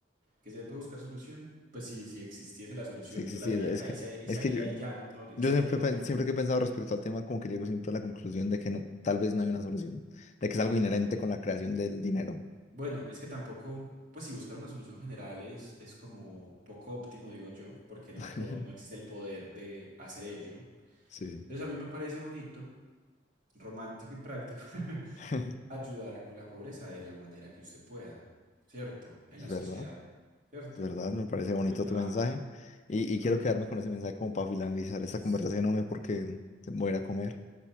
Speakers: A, on the right; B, on the left.
A: que se puede buscar solución, pues si, si existiese la solución,
B: Sí, sí,
A: yo la
B: sí.
A: diría
B: Es
A: acá
B: que,
A: y se, y
B: es
A: se haría
B: que yo,
A: y ya, no, no, no
B: yo
A: estaría
B: siempre,
A: el problema,
B: pen- siempre
A: por ejemplo.
B: que he pensado respecto al tema, como que llego siempre a la conclusión de que no, tal vez no hay una solución, de que es
A: No
B: algo
A: hay,
B: inherente con la creación del dinero.
A: Bueno, es que tampoco, pues si buscar una solución general es, es como poco óptimo, digo yo, porque no,
B: <laughs>
A: otro, no existe el poder de hacer ello.
B: Sí, sí.
A: Entonces a mí me parece bonito, romántico y práctico <laughs>
B: <laughs>
A: ayudar con la pobreza de la manera que usted pueda, ¿cierto? En
B: Es
A: la
B: verdad,
A: sociedad, ¿cierto?
B: es verdad,
A: Como
B: me parece
A: te
B: bonito
A: comenta,
B: tu mensaje.
A: ajá, en-
B: Y, y quiero
A: ajá,
B: quedarme con ese mensaje como para finalizar
A: listo.
B: esta conversación, hombre, porque voy a ir a comer.